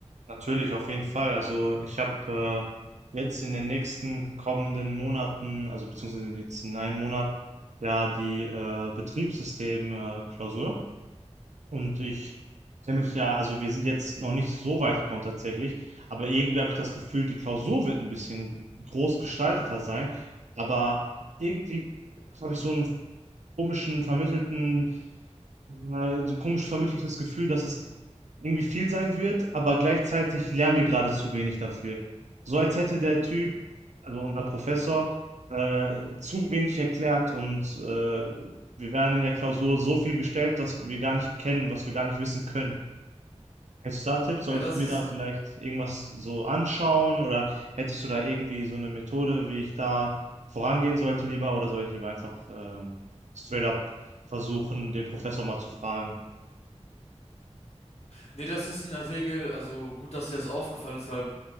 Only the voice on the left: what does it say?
Ja, das
ist,
nee, das ist in der Regel, also gut, dass dir das aufgefallen ist, weil